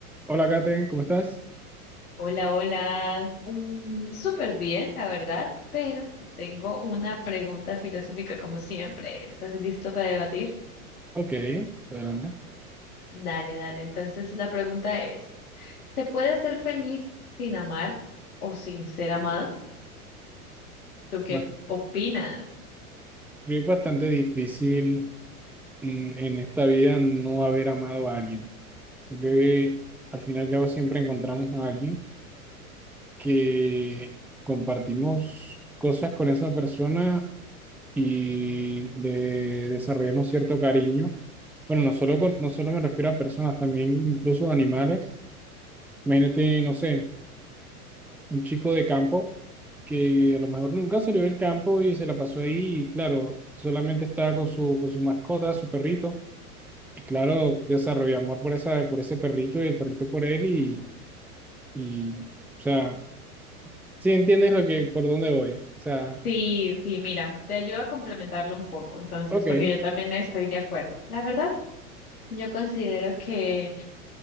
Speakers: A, in the centre; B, on the left (about 75°).
A: Hola, Kate, ¿cómo estás?
B: Hola, hola. Mm, súper bien, la verdad, pero te tengo una pregunta filosófica como siempre. ¿Estás listo para debatir?
A: Ok, adelante.
B: Dale, dale. Entonces la pregunta es, ¿se puede ser feliz sin amar o sin ser amado? ¿Tú qué
A: Ba-
B: opinas?
A: Es bastante difícil en, en esta vida no haber amado a alguien. Yo creo que al final y al cabo siempre encontramos a alguien que compartimos cosas con esa persona y le desarrollamos cierto cariño. Bueno, no solo, con- no solo me refiero a personas, también incluso a animales. Imagínate, no sé, un chico de campo que a lo mejor nunca salió del campo y se la pasó ahí y claro, solamente estaba con su, con su mascota, su perrito. Y claro, desarrolló amor por esa, por ese perrito y el perrito por él y, y o sea, sí entiendes lo que, por dónde voy. O sea,
B: Sí, sí, mira, te ayudo a complementarlo un poco, entonces,
A: ok,
B: porque yo también estoy de acuerdo. La verdad, yo considero que